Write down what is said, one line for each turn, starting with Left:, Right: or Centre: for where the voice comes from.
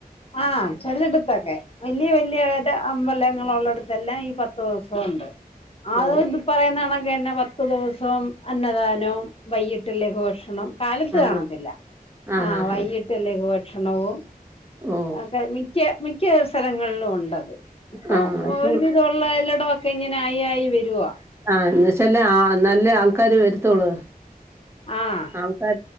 Left: ആഹ് ചെലട്ത്തെക്കെ വല്യ വല്യ ഒര് അമ്പലങ്ങളൊള്ളടുത്ത് തെല്ലാം ഈ പത്തെവസോണ്ട് അത്
Right: ഓ
Left: ഇപ്പറയുണക്കന്നെ ക്കൊരൂസം അന്നദാനവും വൈകിട്ട് ലഘുഭഷണം കാലത്ത്
Right: ആ
Left: കാണത്തില്ല
Right: ആ
Left: ആഹ്
Right: ഹാ
Left: വൈകിട്ട്ല്ലേക്ക്
Right: ഹാ
Left: ഭക്ഷണവും
Right: ഓ
Left: ഒക്കെ മിക്ക മിക്ക അവസരങ്ങളിലും ഉണ്ടത് ഇപ്പൊ
Right: ആ ഇപ്പൊ
Left: ഒരു വിധമുള്ള എല്ലട ക്കെ ഇങ്ങനെ ആയി ആയി വരുവാ
Right: ആഹ് എന്ന ച്ചല് ആഹ് നല്ല ആൾക്കാര് വരുത്തോളൂ
Left: ആഹ്
Right: ആൾ <unintelligible>